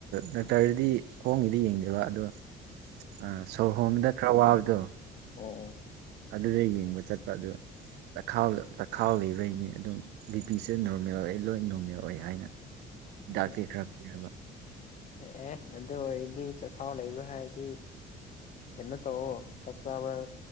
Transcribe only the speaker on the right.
ꯗꯥꯛꯇꯔꯗꯤ ꯈꯣꯡꯒꯤꯗꯤ ꯌꯦꯡꯗ꯭ꯕ ꯑꯗꯣ ꯑ ꯁꯣꯔ ꯍꯣꯝꯗ ꯈꯔ ꯋꯥꯕꯗꯣ
ꯑꯗꯨꯗ ꯌꯦꯡꯕ ꯆꯠꯄ ꯑꯗꯨ ꯆ ꯆꯈꯥꯎꯂꯤꯕꯩꯅꯤ ꯑꯗꯨꯝ ꯕꯤ ꯄꯤꯁꯦ ꯅꯣꯔꯃꯦꯜ ꯑꯣꯏ ꯂꯣꯏ ꯅꯣꯔꯃꯦꯜ ꯑꯣꯏ ꯍꯥꯏꯅ
ꯗꯥꯛꯀꯤ ꯈꯔ ꯍꯥꯏꯕ